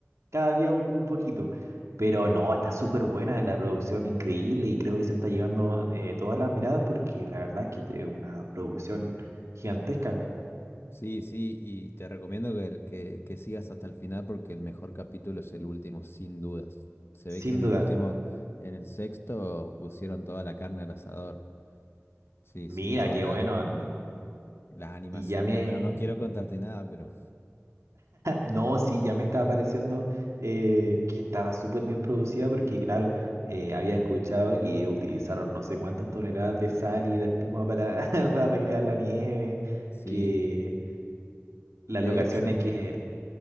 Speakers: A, on the right (about 85°); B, on the left (about 55°).
A: cada día un, un poquito. Pero no, está súper buena la producción, increíble, y creo que se está llevando eh, todas las miradas porque la verdad es que es una producción gigantesca,
B: Sí, sí, y te recomiendo que, que, que sigas hasta el final porque el mejor capítulo es el último, sin dudas. Se
A: sin
B: ve que en
A: duda.
B: el último, en el sexto, pusieron toda la carne al asador. Sí,
A: Mira,
B: sí, todas
A: qué
B: la-
A: bueno.
B: las animaciones.
A: Y ya me,
B: Bueno, no quiero contarte nada, pero
A: No, sí, ya me estaba pareciendo eh, que estaba súper bien producida porque, claro, eh, había escuchado que utilizaron no sé cuántas toneladas de sal y de espuma para, <laughs> para recrear la nieve,
B: sí.
A: que las
B: De
A: locaciones
B: hecho,
A: que...